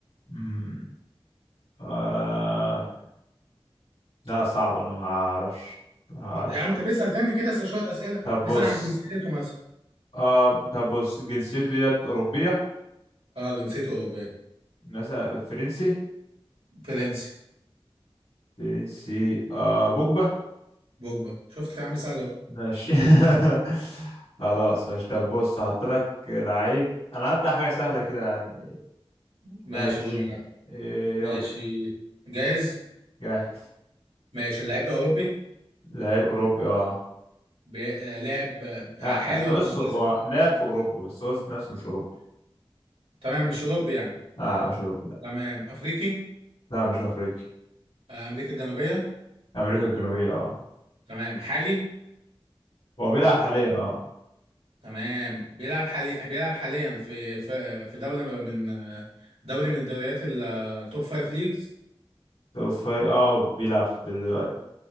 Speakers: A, on the left; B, on the right.
A: أمم، آه... لا صعب انا ما اعرفش ما اعرفش
B: يا عم طب اسأل تاني كده اسأل شوية أسئلة
A: طب بص
B: اسأل عن جنسيته مثلا
A: آه... طب بص جنسيته ديت اوروبيه
B: اه جنسيته أوروبية
A: ناس فرنسي
B: فرنسي
A: فرنسي آه... بوجبا
B: بوجبا شفت يا عم سهل أهو
A: ماشي <laughs> خلاص ماشي طب بص هحط لك لعيب انا هبدأ حاجه سهله كده يعني
B: ماشي
A: ماشي
B: قول معايا
A: إيه،
B: ماشي
A: يلا
B: جاهز
A: جاهز
B: ماشي اللاعب ده أوروبي
A: لعيب أوروبي اه
B: بي... آه لاعب آه،
A: لا
B: حالي
A: بص
B: ولا معتزل
A: هو لعب في أوروبا بس هو ذات نفسه مش أوروبي
B: تمام مش أوروبي يعني
A: لا مش أوروبي لا
B: تمام أفريقي
A: لا مش أفريقي
B: آه أمريكا الجنوبية
A: أمريكا الجنوبية اه
B: تمام حالي
A: هو بيلعب حاليا اه
B: تمام بيلعب حالي بيلعب حاليا في في في دولة من دوري من الدوريات التوب فايف ليجز
A: طب في- اه بيلعب دلوقتي